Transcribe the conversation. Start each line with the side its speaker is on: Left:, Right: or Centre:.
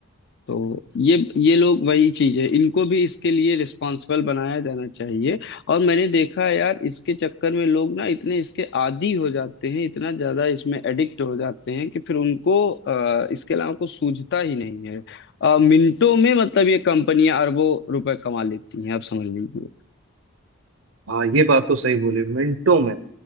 Left: तो ये ये लोग वही चीज है इनको भी इसके लिए रिस्पॉन्सिबल बनाया जाना चाहिए और मैंने देखा है यार इसके चक्कर में लोग ना इतने इसके आदी हो जाते हैं इतना ज्यादा इसमें एडिक्ट हो जाते हैं कि फिर उनको अ, इसके अलावा कुछ सूझता ही नहीं है अ, मिनटों में मतलब ये कंपनियां अरबों रुपए कमा लेती हैं आप समझ लीजिए
Right: हाँ ये बात तो सही बोली मिनटों में